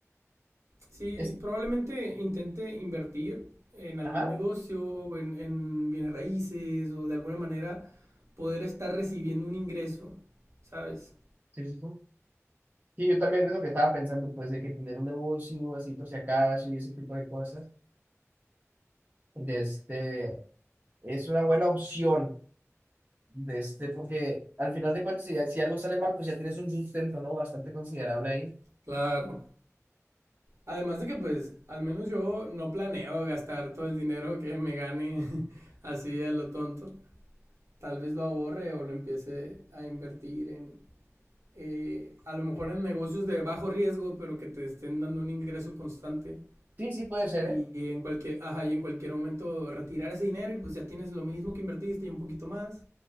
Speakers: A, on the right; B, on the right.
A: Sí,
B: Es,
A: probablemente intente invertir en algún
B: ajá,
A: negocio, en, en bienes raíces o de alguna manera poder estar recibiendo un ingreso, ¿sabes?
B: sí, sí, sí. Sí, yo también es lo que estaba pensando, pues, de que tener un negocio así por si acaso y ese tipo de cosas, de este, es una buena opción, de este, porque al final de cuentas, si, si algo sale mal, pues ya tienes un sustento, ¿no? Bastante considerable ahí
A: Claro. Además de que pues al menos yo no planeo gastar todo el dinero que me gane <laughs> así a lo tonto. Tal vez lo ahorre o lo empiece a invertir en, eh, a lo mejor en negocios de bajo riesgo, pero que te estén dando un ingreso constante.
B: Sí, sí, puede ser,
A: Y
B: ¿eh?
A: en cualquier, ajá, y en cualquier momento retirar ese dinero y pues ya tienes lo mismo que invertiste y un poquito más.